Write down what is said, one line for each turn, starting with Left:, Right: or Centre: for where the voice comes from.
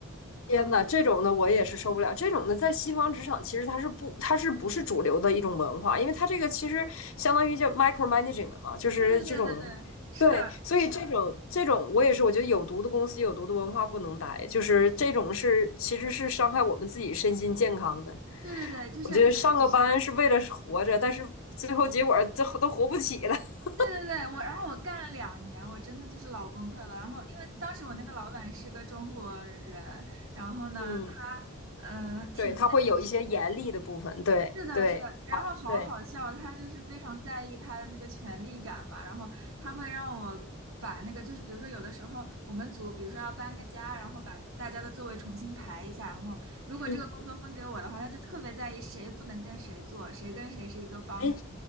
Left: 天呐，这种的我也是受不了。这种的在西方职场其实它是不，它是不是主流的一种文化？因为它这个其实相当于叫 micromanaging 了嘛，就是这种，
Right: 对对对对对，是的，
Left: 对，所以这种这种我也是，我觉得有毒的公司有毒的文化不能待，就是这种是其实是伤害我们自己身心健康的。
Right: 对对对，就是
Left: 我觉得上个班是为了活着，但是最后结果儿最后都活不起了。<laughs>
Right: 对对对，我然后我干了两年，我真的就是老崩溃了。然后因为当时我那个老板是个中国人，然后呢，
Left: 嗯，
Right: 他嗯、呃挺
Left: 对，它会有一些严厉的部分，对对
Right: 是的，是的，然后好好笑，
Left: 对，
Right: 他就是非常在意他的那个权力感嘛，然后他会让我把那个，就是比如说有的时候我们组，比如说要搬个家，然后把大家的座位重新排一下，然后如果这个工作分给我的话，
Left: 嗯，
Right: 他就特别在意谁不能跟谁坐，谁跟谁是一个帮派，
Left: 哎，